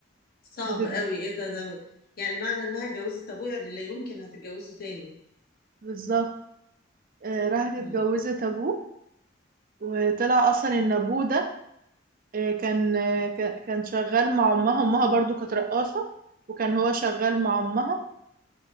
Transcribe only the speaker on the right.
<laughs>
بتت...
بالظبط آه راحت
اتجوزت ابوه وطلع اصلا ان ابوه ده آه، كان آه، كان كان شغال مع امها امها برضو كانت رقاصة وكان هو شغال مع امها